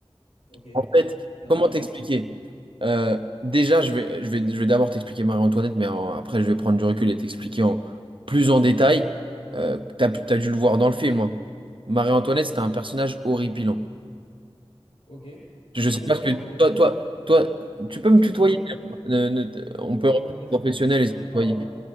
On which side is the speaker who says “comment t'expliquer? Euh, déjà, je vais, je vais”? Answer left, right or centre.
Right